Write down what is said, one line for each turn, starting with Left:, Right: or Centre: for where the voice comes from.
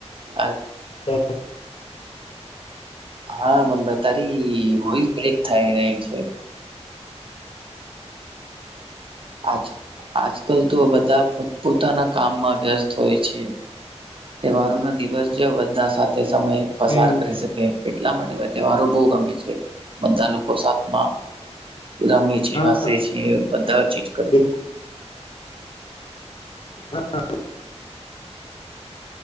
Right: આજ
Left: તો
Right: હા મનભાઈ તારી વોઈસ બ્રેક થાય ર છે. આજ આજકાલ તો બધા પો પોતાના કામમાં વ્યસ્ત હોય છે તહેવારો ના દિવસ બધા સાથે સમય પસાર
Left: હમ
Right: કરી શકે. એટલા માટે તહેવારો બહુ ગમે છે બધા લોકો સાથમાં. રમે છે
Left: હા
Right: હસે છે બધા ચીજ કરે.
Left: બિલકુલ હા.